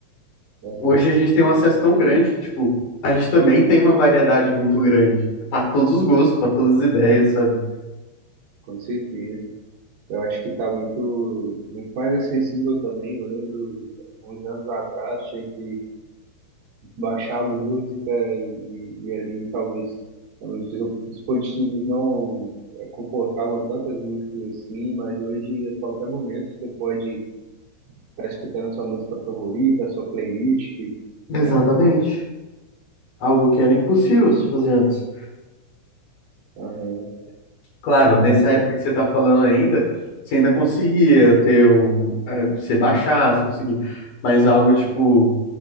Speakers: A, on the right; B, on the left.
A: Aham,
B: Hoje a gente tem um acesso tão grande que, tipo, a gente também tem uma variedade muito grande, para todos os gostos, para todas as ideias, sabe?
A: com certeza. Eu acho que está muito, muito mais acessível também. Eu lembro, uns anos atrás, tinha que baixar a música e, e ali talvez, os dispositivos não eh, comportavam tantas músicas assim, mas hoje a qualquer momento você pode estar escutando a sua música favorita, a sua playlist,
B: Exatamente.
A: né?
B: Algo que era impossível se fazer antes.
A: Aham.
B: Claro, nessa
A: É bom.
B: época que você tá falando ainda, você ainda conseguia ter um, é, você baixar, você conseguia, mas algo tipo